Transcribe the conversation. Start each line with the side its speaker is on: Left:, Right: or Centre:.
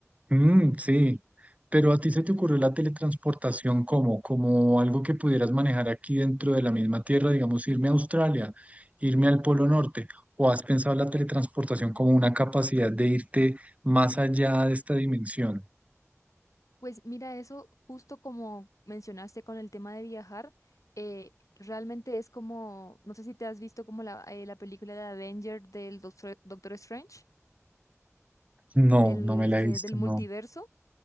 Right: Mm, sí, pero a ti se te ocurrió la teletransportación como, como algo que pudieras manejar aquí dentro de la misma tierra, digamos, irme a Australia, irme al Polo Norte, o has pensado la teletransportación como una capacidad de irte más allá de esta dimensión.
Left: Pues mira, eso justo como mencionaste con el tema de viajar, eh, realmente es como, no sé si te has visto como la, eh, la película de Avenger del Doctor, Doctor Strange,
Right: No,
Left: del,
Right: no me la
Left: que,
Right: he visto,
Left: del multiverso.
Right: no,